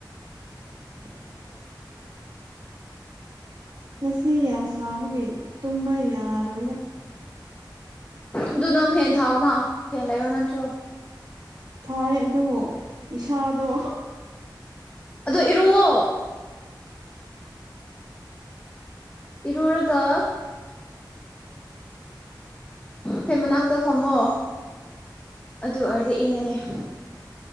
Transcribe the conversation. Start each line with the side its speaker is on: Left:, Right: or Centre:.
Right: <inaudible> ꯉꯁꯤ ꯌꯥꯝ ꯁꯥꯕꯒꯤ ꯇꯨꯝꯕ ꯌꯥꯔꯣꯏꯗ ꯫
Left: ꯑꯗꯨ ꯅꯪꯨ ꯐꯦꯟ ꯊꯥꯎꯑꯣꯅ ꯐꯦꯟ ꯂꯩꯕ ꯅꯠꯇ꯭ꯔꯣ?
Right: ꯊꯥꯏ ꯑꯗꯨꯕꯨ ꯏꯁꯥꯗꯣ
Left: ꯑꯗꯣ ꯏꯔꯨꯋ‌ꯣ
Right: <inaudible>
Left: ꯏꯔꯨꯔꯒ ꯐ‌ꯦꯟ ꯃꯅꯥꯛꯇ ꯐꯝꯃꯣ ꯫
Right: <inaudible>
Left: ꯑꯗꯨ ꯑꯣꯏꯔꯗꯤ ꯏꯪꯉꯅꯤ ꯫